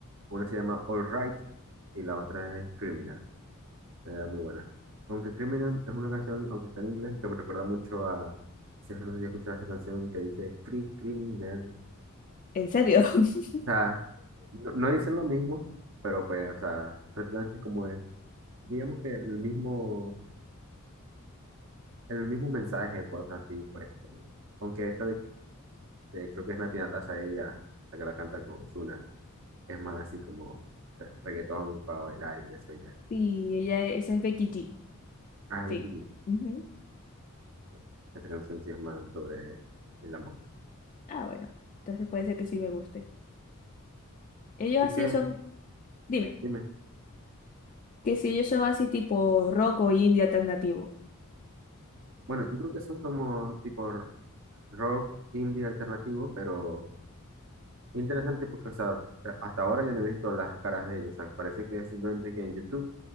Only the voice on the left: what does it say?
¿En serio? <laughs>
Sí, ella, es- esa es Becky G.
Sí.
Ujú.
Ah, bueno. Entonces puede ser que sí me guste. Ellos
así
son, dime,
que si ellos son así tipo rock o indie alternativo.